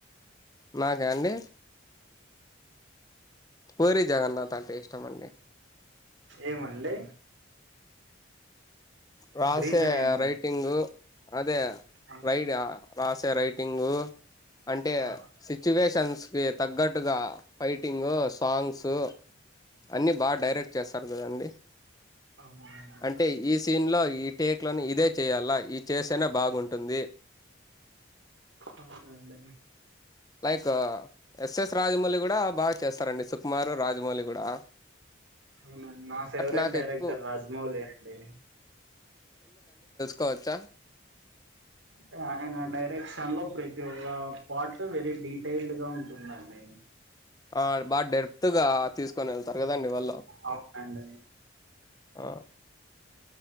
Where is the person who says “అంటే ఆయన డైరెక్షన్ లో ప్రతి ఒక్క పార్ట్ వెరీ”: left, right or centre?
Right